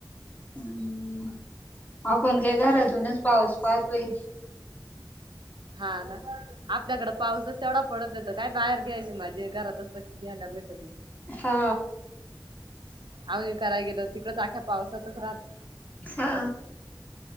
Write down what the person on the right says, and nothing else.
हा ना आपल्याकडे पाऊसच तेवढा पडत येतो काय बाहेर घ्यायची माझी घरातच प घ्यायला भेटते
आही करायला गेलो तिकडच आख्या पावसातच राहतो